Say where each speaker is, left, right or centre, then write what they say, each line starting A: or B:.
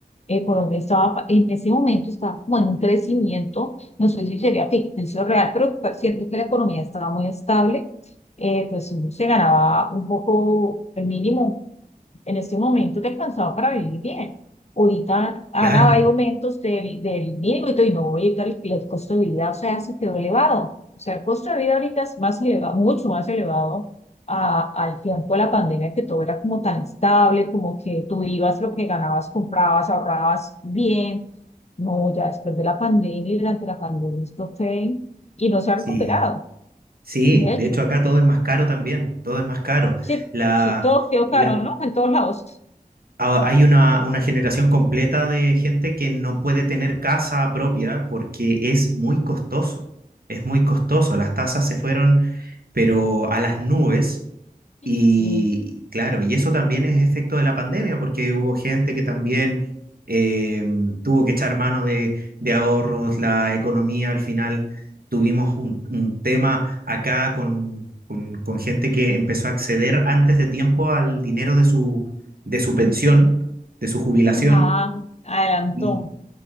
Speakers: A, on the left; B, on the right.
A: Eh, Colombia estaba, pa- en ese momento estaba como en un crecimiento, no sé si sería ficticio o real, pero pa- cierto que la economía estaba muy estable. Eh, pues uno se ganaba un poco el mínimo, en ese momento te alcanzaba para vivir bien. Ahorita, Ana,
B: claro.
A: hay aumentos del, del mínimo y todo, y no voy a el, costo de vida, o sea, se quedó elevado. O sea, el costo de vida ahorita es más elevado, mucho más elevado a, al tiempo de la pandemia, que todo era como tan estable, como que tú ibas lo que ganabas, comprabas, ahorrabas bien. No, ya después de la pandemia y durante la pandemia esto fue y no se ha
B: Sí,
A: recuperado,
B: sí.
A: de
B: De
A: hecho.
B: hecho, acá todo es más caro también. Todo es más caro.
A: Sí,
B: La,
A: sí, todo quedó
B: la-
A: caro, ¿no? En todos lados.
B: a- hay una, una generación completa de gente que no puede tener casa propia porque es muy costoso. Es muy costoso. Las tasas se fueron, pero a las nubes. Y
A: Sí,
B: claro, y eso también es efecto de la pandemia, porque hubo gente que también eh, tuvo que echar mano de, de ahorros, la economía, al final tuvimos un, un tema acá con, con, con gente que empezó a acceder antes de tiempo al dinero de sus de su pensión, de su jubilación,
A: Ajá, adelantó.
B: y